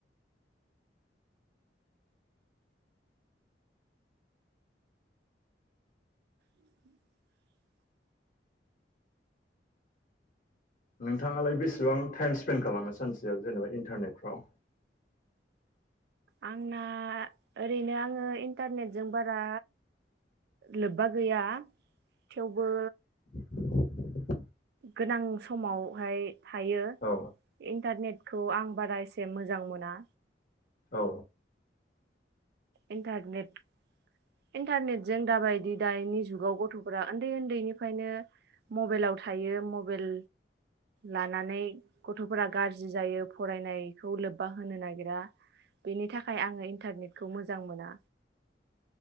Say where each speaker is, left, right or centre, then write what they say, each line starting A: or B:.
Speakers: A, on the right; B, on the left.
A: <inaudible>
B: नोंथाङालाय बेसेबां टाइम स्पेन्ड खालामो सानसेयाव जेनेबा इन्टारनेटफ्राव
A: आंना ओरैनो आङो इन्टारनेटजों बारा लोब्बा गैया थेवबो
B: <inaudible>
A: गोनां समावहाय थायो
B: औ
A: इन्टारनेट खौ आं बारा एसे मोजां मोना
B: औ
A: इन्टारनेट इन्टारनेटजों दाबायदि दाइनि जुगाव गथ'फोरा उन्दै उन्दैनिफ्रायनो मबेइलाव थायो मबेइल लानानै गथ'फोरा गाज्रि जायो फरायनायखौ लोब्बा होनो नागिरा बेनि थाखाय आङो इन्टारनेट खौ मोजां मोना